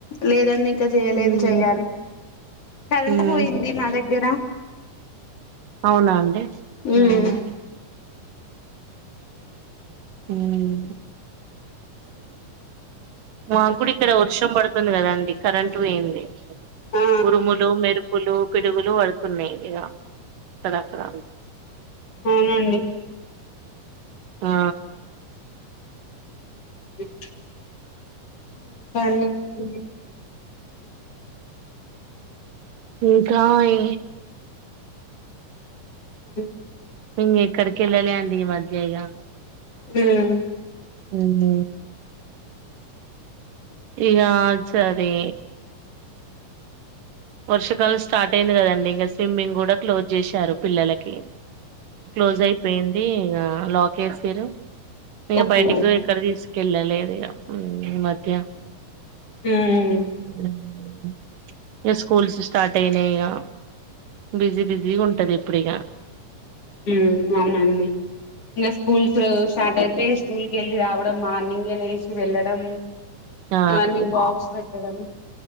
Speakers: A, on the left; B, on the right.
A: లేదండి ఇంకా చేయలేదు
B: ఉమ్,
A: చెయ్యాలి కరెంట్
B: ఉమ్.
A: పోయింది మా దగ్గర
B: అవునా అండి
A: ఉమ్
B: మ్మ్ మ్మ్ మాకు కూడా ఇక్కడ వర్షం పడు తంది కదండి కరెంటు పోయింది
A: ఆ
B: ఉరుములు మెరుప <inaudible> పులు పిడుగులు పడుతున్నాయి ఈడ అక్కడ అక్కడ
A: అవునండి
B: ఆ
A: <unintelligible>
B: ఇంకా ఏ
A: మ్మ్
B: ఇంగేక్కడికి వెళ్ళలే అండి ఈ మధ్య ఇగ
A: మ్మ్
B: మ్మ్ ఇగ సరే వర్షకాలం స్టార్ట్ అయ్యింది కదండి ఇంగ స్విమ్మింగ్ కూడా క్లోజ్ చేశారు పిల్లలకి క్లోజ్ అయిపోయింది ఇగ లాక్ ఏసిర్రు ఇక
A: ఓకే
B: బయటికు ఎక్కడ తీసుకెళ్ళలేదు ఇగ ఈ మధ్య
A: ఉమ్
B: <inaudible> ఇగ స్కూల్స్ స్టార్ట్ అయినాయి ఇగ బిజీ బిజీ గుంటది ఇప్పుడు ఇగ
A: మ్మ్ అవునండి ఇంగ స్కూల్స్ స్టార్ట్ అయితే స్కూల్ కెళ్ళి రావడం మార్నింగే లేసి వెళ్ళడం
B: ఆ
A: అవన్నీ బాక్స్ పెట్ మేడమ్